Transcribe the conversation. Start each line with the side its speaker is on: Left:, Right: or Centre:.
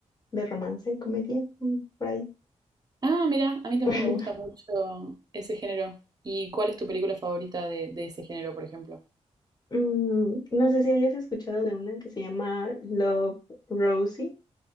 Left: de romance y comedia, mm, por ahí.
Right: Ah, mira, a mí también
Left: <laughs>
Right: me gusta mucho ese género. ¿Y cuál es tu película favorita de, de ese género, por ejemplo?
Left: Mm, no sé si hayas escuchado de una que se llama Love Rosie.